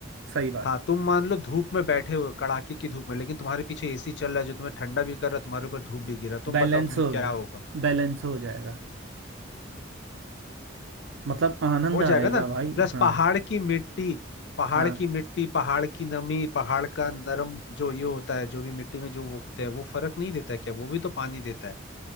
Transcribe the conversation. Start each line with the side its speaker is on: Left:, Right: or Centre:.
Right: सही बात
Left: हाँ तुम मान लो धूप में बैठे हुए हो, कड़ाके की धूप में लेकिन तुम्हारे पीछे एसी चल रहा है जो तुम्हें ठंडा भी कर रहा है तुम्हारे ऊपर धूप भी गिर रहा है तुम
Right: बैलेंस
Left: बताओ तुम्हें
Right: हो
Left: क्या
Right: गया
Left: होगा
Right: बैलेंस हो जाएगा मतलब आनंद
Left: हो
Right: आएगा
Left: जाएगा ना
Right: भाई
Left: प्लस
Right: हाँ
Left: पहाड़ की मिट्टी पहाड़
Right: हाँ
Left: की मिट्टी पहाड़ की नमी पहाड़ का नरम जो ये होता है जो भी मिट्टी में जो वो उगते हैं वो फर्क नहीं देता है क्या वो भी तो पानी देता है